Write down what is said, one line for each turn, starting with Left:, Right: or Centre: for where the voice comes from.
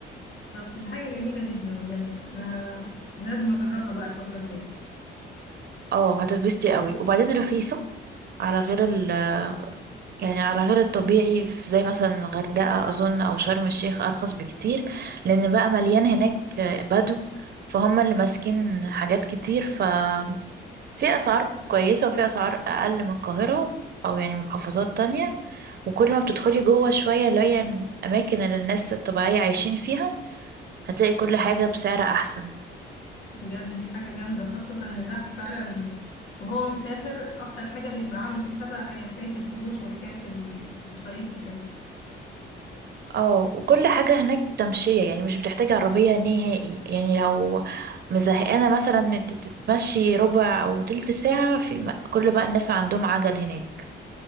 Left: فكانت حاجة جميلة جدا بجد انا لازم اجربها بقى الفترة الجاية
Right: اه هتتبسطي قوي وبعدين رخيصة على غير ال يعني على غير الطبيعي في زي مثلا الغردقة أظن أو شرم الشيخ أرخص بكتير لأن بقى مليان هناك بدو فهم اللي ماسكين حاجات كتير ففي أسعار كويسة وفي أسعار أقل من القاهرة أو يعني محافظات تانية وكل ما بتدخلي جوه شوية اللي هي الأماكن اللي الناس الطبيعية عايشين فيها هتلاقي كل حاجة بسعر أحسن
Left: بجد دي حاجة جامدة خاصة إن الواحد فعلا وهو مسافر أكتر حاجة بيبقى عامل حسابها هي حكاية الفلوس وحكاية المصاريف وكده
Right: اه وكل حاجة هناك تمشية يعني مش بتحتاج عربية نهائي يعني لو مزهقانة مثلا إن انت تتمشي ربع او تلت ساعة في م- كل بقى الناس عندهم عجل هناك